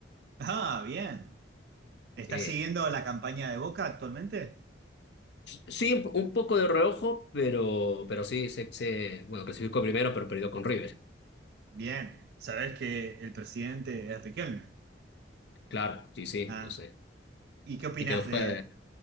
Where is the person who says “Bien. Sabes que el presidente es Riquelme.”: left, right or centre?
Right